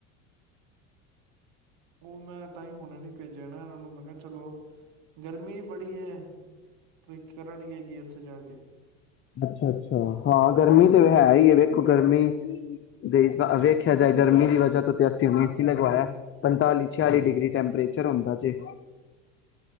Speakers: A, on the right; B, on the left.
A: ਉਹ ਮੈਂ ਤਾਂ ਹੁਣੇ ਨੀ ਭੇਜ ਜਾਣਾ ਇਹਨਾਂ ਨੂੰ ਮੈਂ ਕਿਹਾ ਚਲੋ, ਗਰਮੀ ਬੜੀ ਹੈ ਕਰਨਗੇ ਕੀ ਉੱਥੇ ਜਾ ਕੇ।
B: ਅੱਛਾ-ਅੱਛਾ ਹਾਂ ਗਰਮੀ ਤੇ ਹੈ ਹੀ ਹੈ ਵੇਖੋ ਗਰਮੀ ਦੇ ਵੇਖਿਆ ਜਾਏ ਗਰਮੀ ਦੀ ਵਜ੍ਹਾ ਤੋਂ ਤੇ ਅਸੀਂ ਹੋਣ ਏ ਸੀ ਲਵਾਇਆ ਪੰਤਾਲੀ-ਛਿਆਲੀ ਡਿਗਰੀ ਟੈਂਪਰੇਚਰ ਹੁੰਦਾ ਜੇ।